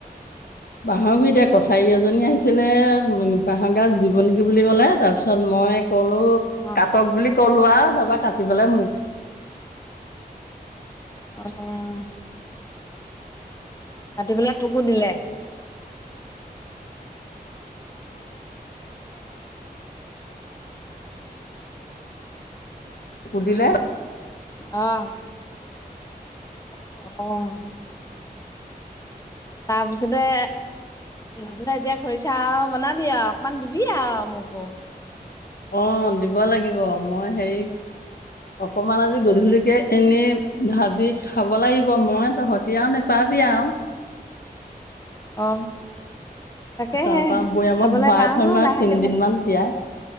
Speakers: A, on the left; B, on the left.
A: বাহৰ বি এতিয়া কছাৰী এজনী আহিছিলে উ বাহৰ গাৰ জীৱ নেকি বুলি কলে তাৰপিছত মই কলো
B: অ'
A: কাটক বুলি কলো আৰু তাৰপা কাটি পেলাই মোক
B: অ কতি পেলাই তোকো দিলে
A: সুধিলে
B: আহ
A: <inaudible>
B: অহ ', তাৰপিছতে তাৰপিছত এতিয়া খৰিচা বনাবি আৰু অকমান দিবি আৰু মোকো।
A: অ', দিব লাগিব মই হেৰি অকমান আজি গধূলিকে এনে ভাজি খাব লাগিব মই তহতিয়াও নেপা বিয়া
B: অ, তাকেহে
A: তাৰপৰা বৈয়ামত
B: খাবলৈ
A: ভৰাই
B: পাও
A: থম
B: ন
A: আৰু
B: লাহেকে
A: তিনদিন
B: যাম।
A: মান তিয়াই।